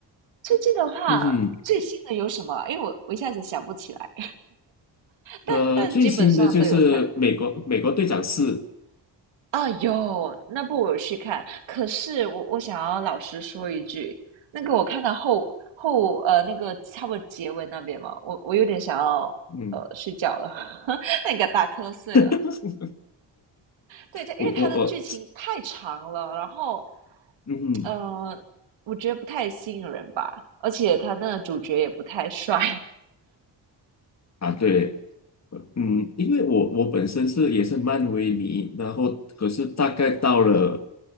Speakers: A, on the right; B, on the left.
A: 最近的话最新的有什么？
B: 嗯，
A: 因为我我一下子想不起来。但但基本上都有看
B: 呃，最新的就是美国美国队长四，
A: 啊，有那部我有去看，可是我我想要老实说一句，那个我看到后后呃那个差不多结尾那边嘛，我我有点想要呃睡觉了，
B: 嗯，
A: <laughs> 那个打瞌睡了。
B: <laughs>
A: 对，它因为它的剧情太长了，
B: 我我我，
A: 然后
B: 嗯。
A: 呃，我觉得不太吸引人吧，而且他那个主角也不太帅，
B: 啊，对，嗯，因为我我本身是也是漫威迷，然后可是大概到了